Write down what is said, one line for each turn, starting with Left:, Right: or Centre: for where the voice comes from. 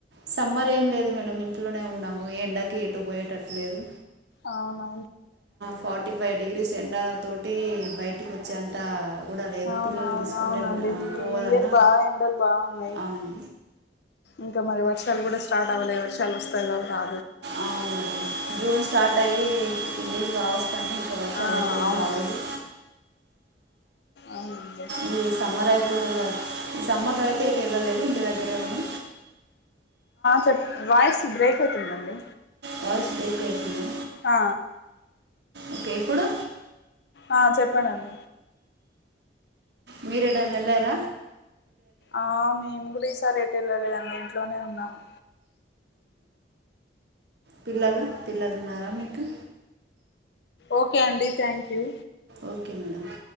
Right: సమ్మర్ ఏం లేదు మేడం ఇంట్లోనే ఉన్నాము ఎంండకి ఎటు పోయేటట్లేదు
Left: అవును
Right: ఫార్టీ ఫైవ్ డిగ్రీస్ ఎంండ తోటి బయటకి వచ్చేంత కూడా లేదు పిల్లల్ని
Left: అవునవునువునడి
Right: తీసుకుంటే వెళ్ళ- ఆ, పోవాలన్నా
Left: బాగా ఎండలు బాగున్నాయి
Right: అవును
Left: ఇంకా మరి వర్షాలు కూడా స్టార్ట్ అ ఎవరు చ వస్తాయిదవ అ
Right: అవును మేడం జూన్ స్టార్ట్ అయ్యి ఫిఫ్టీన్ డీస్ కావస్తని అవా చాలైతుంది
Left: ఆ అవును
Right: ఆలోదు
Left: అవునండి
Right: ఈ సమ్మర్యి ఏంలేద ఈ సమ్మర్లోయితే ఏటాలలేదు ఇంటి దగ్గరే ఉన్నా
Left: చెప్ వాయిస్ బ్రేక్ అవుతుందండి
Right: వాయిస్ బ్రేకవుతుందా
Left: ఆ
Right: ఓకే ఇప్పుడు
Left: ఆ చెప్పండ అన్న
Right: మీరిడం నలార
Left: ఆ మేము కూడా ఈసారి ఎట్ వెళ్ళాలిదండి ఇంట్లోనే ఉన్నాము
Right: పిల్లలు పిల్లలు ఉన్నారా మీకు
Left: ఓకే అండి థ్యాంక్ యూ
Right: ఓకే మేడంమ్